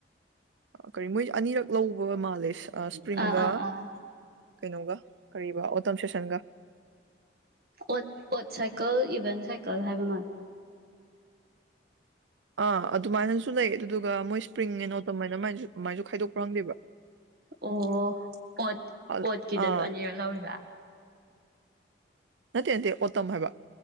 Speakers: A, on the right (about 80°); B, on the right (about 55°).
A: ꯀꯔꯤ ꯃꯣꯏ ꯑꯅꯤꯔꯛ ꯂꯧꯕ ꯃꯥꯜꯂꯦ ꯏꯁꯄ꯭ꯔꯤꯡꯒ
B: ꯑꯥ ꯑꯥ ꯑꯥ
A: ꯀꯩꯅꯣꯒ ꯀꯔꯤꯕ ꯑꯣꯇꯝ ꯁꯦꯁꯟꯒ
B: ꯑꯣꯠ ꯑꯣꯠ ꯁꯥꯏꯀꯜ ꯏꯚꯦꯟ ꯁꯥꯏꯀꯜ ꯍꯥꯏꯕ ꯃꯥꯂ
A: ꯑꯥ ꯑꯗꯨꯃꯥꯏꯅꯁꯨ ꯂꯩ ꯑꯗꯨꯗꯨꯒ ꯃꯣꯏ ꯁ꯭ꯄ꯭ꯔꯤꯡ ꯑꯦꯟ ꯑꯣꯇꯝ ꯍꯥꯏꯅꯃꯥꯏꯁꯨ ꯀꯃꯥꯏꯁꯨ ꯈꯥꯏꯗꯣꯛꯄ꯭ꯔ ꯈꯪꯗꯦꯕ
B: ꯑꯣ ꯑꯣꯠ
A: ꯑ-
B: ꯑꯣꯠꯀꯤꯗꯁꯨ
A: ꯑꯥ
B: ꯑꯅꯤꯔꯛ ꯂꯧꯔꯤꯕ
A: ꯅꯠꯇꯦ ꯅꯠꯇꯦ ꯑꯣꯇꯝ ꯍꯥꯏꯕ